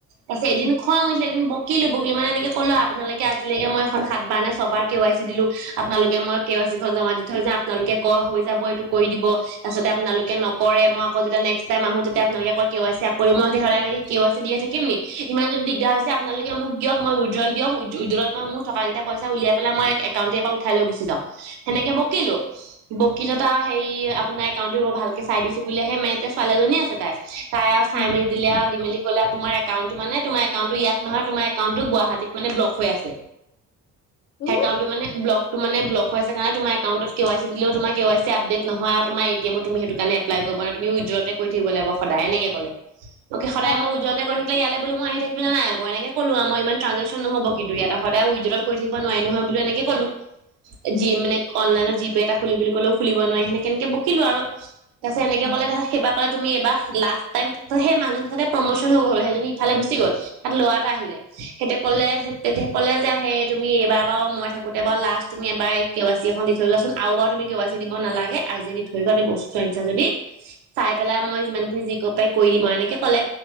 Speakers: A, on the right; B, on the left.
A: তাৰপিছত
B: উম
A: এদিন খং উঠিলে এদিন বকি বকিলো, বকিলো মানে এনেকে ক'লো আৰু আপোনালোকে আজিলৈকে মই এখন সাত বাৰ নে ছবাৰ কে ৱাই চি দিলো, আপোনালোকে মই কে ৱাই চি খন জমা দি থৈ যাওঁ, আপোনালোকে কয় হৈ যাব এইটো কৰি দিব তাৰপাছতে আপোনালোকে নকৰে মই আকৌ যেতিয়া নেক্স টাইম আহো যেতিয়া আপোনালোকে কয়, কে ৱাই চি আক কৰিব মই তেতিয়ালে কি সদায় এনেকে কে ৱাই চিয়ে দি থাকিম নি, ইমান যদি দিগদাৰ হৈছে, আপোনালোকে মোক দিয়ক মই উজ্বল দিয়ক উদোৱেল ত মই মোৰ থকাকেইটা পইচা উলাই পেলাই, মই একাউণ্টোয়ে ইয়াৰ পৰা উঠাই লৈ গুচি যাওঁ। সেনেকে বকিলো, বকিলত
B: উম
A: আৰু হেৰি আপোনাৰ একাউণ্টো বৰ ভালকে চাই দিছো বুলি হে, মে তে ছোৱালীজনী আছে, তাই তাই আৰু চাই
B: উম
A: মেলি দিলে, আৰু দি মেলি তোমাৰ একাউণ্টো মানে, তোমাৰ একাউণ্টো ইয়াত নহয়, তোমাৰ একাউণ্টো গুৱাহাটীত মানে ব্লক হৈ আছে।
B: উ
A: একাউণ্টটো মানে ব্লক ত মানে ব্লক হৈ আছে, কাৰণে তোমাৰ একাউণ্টত কে ৱাই চি দিলে তোমাৰ কে ৱাই চি আপডে নহয়, আৰু তোমাৰ এ টি এম টো সেইটো কাৰণে এপ্লাই কৰিব নোৱাৰা, তুমি উদোৱেল কৰি থাকিব লাগিব সদায় এনেকে ক'লে। অকে, সদায়
B: অ
A: মই এনেকে কৰি থাকিলে ইয়ালে বুলি মই আহি থাকিলে নাই আকৌ, এনেকে কলো আৰু মই ইমান ট্ৰাঞ্জেকচন নহ'ব, কিন্তু ইয়াতে সদায় উদ্দুৱেলত কৰি থাকিব নোৱাৰে নহয়, বুলি এনেকে কলো।
B: উম
A: যি মানে অনলাইনত যি জি পে এটা খুলিম বুলি ক'লেও খুলিব নোৱাৰি সেনেকে কেনেকে বকিলো আৰু। তাৰপিছত এনেকে
B: উম
A: কলে, ধৰা সেইপাতে তুমি এবাৰ লাষ্ট টাইম, সেই মানুহজনে প্ৰমোচন হ'ব, সেই জনি ইফালে গুচি গ'ল। তাত ল'ৰা এটা আহিলে সিটো কলে তেতিয়াে কলে যে আহেই তুমি এইবাৰ বাৰু মই থাকোঁতে বাৰু লাষ্ট তুমি এবাৰ কে ৱাই চি এখন দি থৈ যোৱাচোন আৰু বাৰু তুমি কে ৱাই চি দিব নালাগে, আজি দি থৈ যোৱা এ বস্তু আনিচা যদি চাই পেলাই মই যিমানখিনি যি পাৰোঁ কৰি দিম আৰু এনেকে কলে।